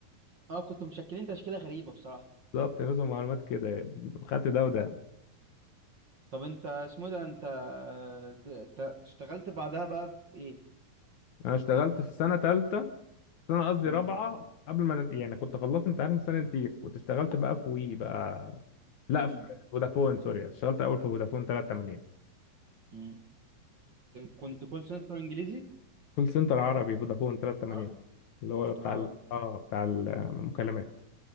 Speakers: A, on the right (about 40°); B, on the left (about 65°).
A: اه كنتوا مشكلين تشكيله غريبه بصراحه
B: بالظبط نظم معلومات كده خدت ده وده
A: طب انت اسمه إيه ده انت د- انت اشتغلت بعدها بقى في ايه
B: انا اشتغلت في سنه ثالثه سنه قصدي
A: امم
B: رابعه قبل ما نت... يعني كنت خلصت امتحان في سنه نتيجة كنت اشتغلت بقى في وي بقى لا
A: امم
B: في فودافون سوري اشتغلت اول في فودافون 380
A: امم كنت كول سنتر انجليزي
B: كول سنتر عربي فودافون 380
A: عربي
B: اللي هو بتاع
A: اه
B: ال... اه بتاع المكالمات